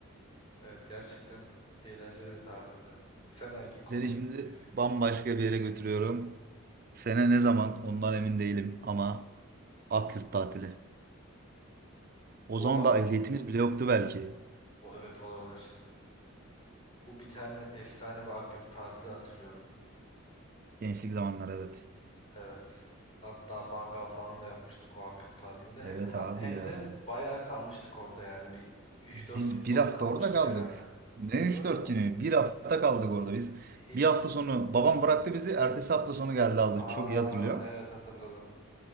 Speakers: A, on the left; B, on the right.
A: Evet gerçekten eğlenceli bir tatildi. Sen hangi konuya
B: Seni şimdi
A: gireceksin?
B: bambaşka bir yere götürüyorum. Sene ne zaman ondan emin değilim ama Akyurt tatili. O
A: Bu
B: zaman
A: ak
B: da ehliyetimiz bile yoktu belki.
A: o, evet olabilir. Bu bir tane efsane bir Akyurt tatili hatırlıyorum.
B: Gençlik zamanlar evet.
A: Evet. Hatta mangal falan da yapmıştık o Akkup tatilinde.
B: Evet
A: He- hat-
B: abi
A: Hem
B: ya.
A: de bayağı kalmıştık orada yani. Bir üç
B: Biz
A: dört gün falan
B: bir hafta
A: kalmıştık
B: orada kaldık.
A: herhalde.
B: Ne
A: Değil
B: üç
A: mi?
B: dört günü? Bir hafta kaldık orada biz.
A: Hiç.
B: Bir hafta sonu babam bıraktı bizi. Ertesi hafta sonu geldi aldı.
A: Aa
B: Çok iyi hatırlıyorum.
A: evet hatırladım.